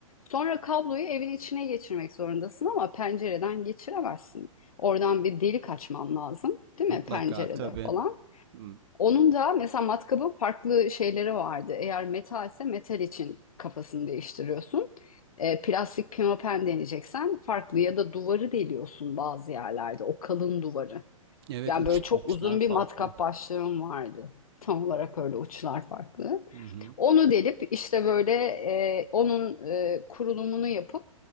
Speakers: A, on the left; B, on the right.
A: Sonra kabloyu evin içine geçirmek zorundasın ama pencereden geçiremezsin. Oradan bir delik açman lazım, değil
B: Mutlaka
A: mi? Pencerede
B: tabii.
A: falan.
B: Hı.
A: Onun da mesela matkabın farklı şeyleri vardı. Eğer metalse metal için kafasını değiştiriyorsun. E, plastik pimapen deneyeceksen farklı ya da duvarı deliyorsun bazı yerlerde. O kalın duvarı.
B: Evet
A: Yani
B: uç-
A: böyle çok
B: uçlar
A: uzun
B: farklı.
A: bir matkap başlığım vardı. Tam olarak öyle uçlar farklı.
B: Hı hı.
A: Onu delip işte böyle e, onun e, kurulumunu yapıp